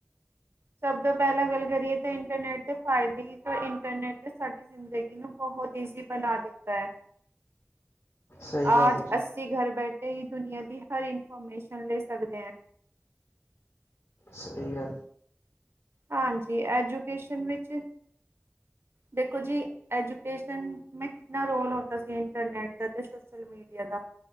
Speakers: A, on the right; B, on the left.
A: ਸਭ ਤੋਂ ਪਹਿਲਾਂ ਗੱਲ ਕਰੀਏ ਤਾਂ ਇੰਟਰਨੈੱਟ ਦੇ ਫ਼ਾਇਦੇ ਦੀ ਤਾਂ ਇੰਟਰਨੈੱਟ ਦੇ ਸਾਡੇ ਜ਼ਿੰਦਗੀ ਨੂੰ ਬਹੁਤ ਇਜ਼ੀ ਬਣਾ ਦਿੱਤਾ ਹੈ
B: ਸਹੀ
A: ਆਜ
B: ਗੱਲ ਹੈ ਜੀ
A: ਅਸੀ ਘਰ ਬੈਠੇ ਹੀ ਦੁਨੀਆਂ ਦੀ ਹਰ ਇਨਫੋਰਮੇਸ਼ਨ ਲੈ ਸਕਦੇ ਹ
B: ਸਹੀ ਗੱਲ
A: ਹਾਂਜੀ ਐਜੂਕੇਸ਼ਨ ਵਿੱਚ ਦੇਖੋ ਜੀ ਐਜੂਕੇਸ਼ਨ ਮੇ ਕਿਤਨਾ ਰੋਲ ਹੋਤਾ ਸੀ ਇੰਟਰਨੈਟ ਦਾ ਤੇ ਸ ਮੀਡੀਆ ਦਾ